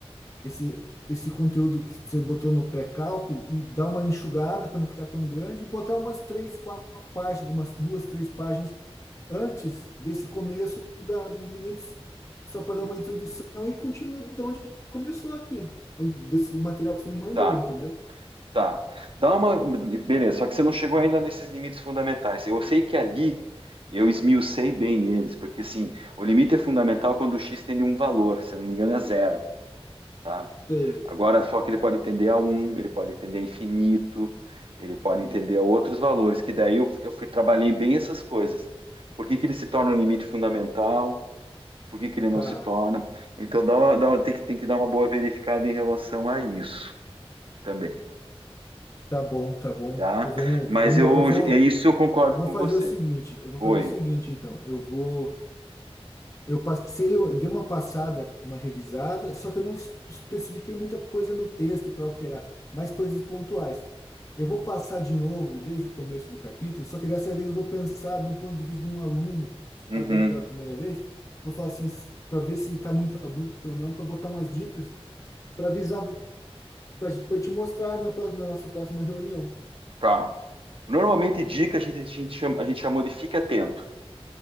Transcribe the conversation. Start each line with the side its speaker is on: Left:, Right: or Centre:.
Left: esse, esse conteúdo que você botou no pré-cálculo e dar uma enxugada para não ficar tão grande, e botar umas três, quatro páginas, umas duas, três páginas antes desse começo da, dos limites, só para dar uma introdução e continua de onde começou aqui, desse material que você me mandou,
Right: Tá.
Left: entendeu?
Right: Tá. Dá uma. Beleza, só que você não chegou ainda nesses limites fundamentais. Eu sei que ali eu esmiucei bem eles, porque assim, o limite é fundamental é quando o x tende a um valor, se eu não me engano, é zero, tá?
Left: Sei,
Right: Agora, só que ele pode tender a um, ele pode tender a infinito, ele pode entender a outros valores, que daí eu, eu fui, trabalhei bem essas coisas. Por que que ele se torna um limite fundamental? Por que que ele não
Left: tá,
Right: se torna? Então, dá uma- dá uma- tem que, tem que dar uma boa verificada em relação a isso também.
Left: tá bom, tá bom.
Right: tá?
Left: Eu- Vamos,
Right: Mas
Left: vamos,
Right: eu,
Left: eu vou,
Right: é isso eu concordo
Left: eu vou
Right: com
Left: fazer
Right: você.
Left: o seguinte, eu vou
Right: Oi.
Left: fazer o seguinte, então, eu vou Eu passei, eu dei uma passada, uma revisada, só que eu não es- especifiquei muita coisa no texto para alterar, mais coisas pontuais. Eu vou passar de novo desde o começo do capítulo, só que dessa vez eu vou pensar do ponto de vista de um aluno que está
Right: Uhum.
Left: vendo pela primeira vez. Vou falar assim, para ver se está muito abrupto ou não, para botar umas dicas, para avisar, para te mostrar na, pró- na nossa próxima reunião.
Right: Tá. Normalmente dica a gente, a gente chama, a gente chamou de fique atento.